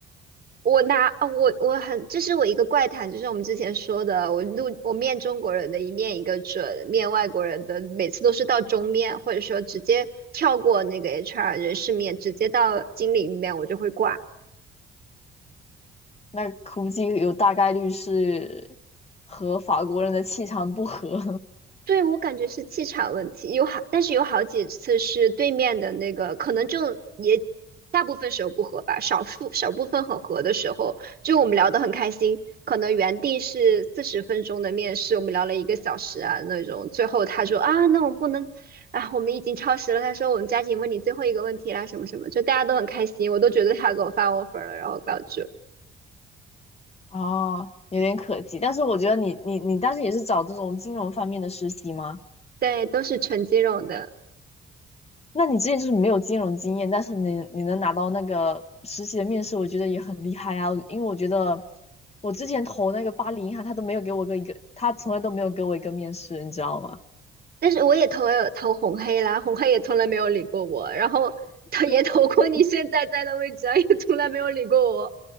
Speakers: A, on the right; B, on the left.
A: 我拿，啊我我很，这是我一个怪谈，就是我们之前说的，我录我面中国人的一面一个准，面外国人的每次都是到中面，或者说直接跳过那个 HR 人事面，直接到经理面，我就会挂。
B: 那估计有大概率是和法国人的气场不合，
A: 对，我感觉是气场问题，有好，但是有好几次是对面的那个，可能就也大部分时候不合吧，少数少部分很合的时候，就我们聊得很开心，可能原定是四十分钟的面试，我们聊了一个小时啊那种，最后他说啊，那我们不能啊，我们已经超时了，他说我们加紧问你最后一个问题啦，什么什么，就大家都很开心，我都觉得他给我发 offer 了，然后把我拒了
B: <laughs> 哦，有点可惜。但是我觉得你你你当时也是找这种金融方面的实习吗？
A: 对，都是纯金融的。
B: 那你之前就是没有金融经验，但是你你能拿到那个实习的面试，我觉得也很厉害啊。因为我觉得我之前投那个巴黎银行，他都没有给我个一个，他从来都没有给我一个面试，你知道吗？
A: 但是我也投也有投红黑啦，红黑也从来没有理过我，然后他也投过你现在在的位置啊，
B: <laughs> 就
A: 也从来没有理过我。